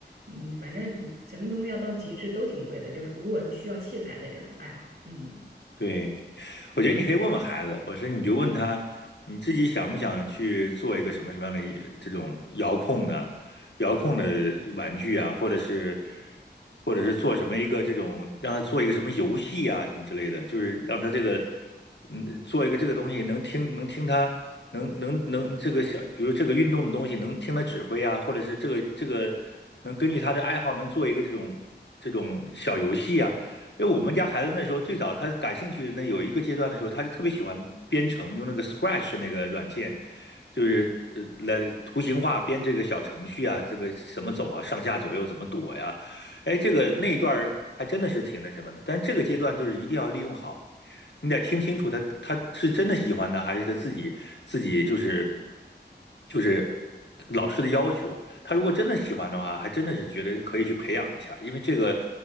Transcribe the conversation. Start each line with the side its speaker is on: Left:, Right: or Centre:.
Right: 嗯，反正就什么东西要到极致都挺贵的，就是如果是需要器材的这种爱好，嗯。
Left: 对，我觉得你可以问问孩子，我说你就问他，你自己想不想去做一个什么什么样的一这种遥控的、遥控的玩具啊，或者是或者是做什么一个这种让他做一个什么游戏啊什么之类的，就是让他这个嗯做一个这个东西能听能听他能能能这个小，比如这个运动的东西能听他指挥啊，或者是这个这个能根据他的爱好能做一个这种。这种小游戏啊。因为我们家孩子那时候最早他感兴趣，那有一个阶段的时候，他就特别喜欢编程，用那个 Scratch 那个软件，就是呃来图形化编这个小程序啊，这个怎么走啊，上下左右怎么躲呀？啊哎，这个那一段还真的是挺那什么的。但是这个阶段就是一定要利用好，你得听清楚他他是真的喜欢呢，还是他自己自己就是就是老师的要求。他如果真的喜欢的话，还真的是觉得可以去培养一下，因为这个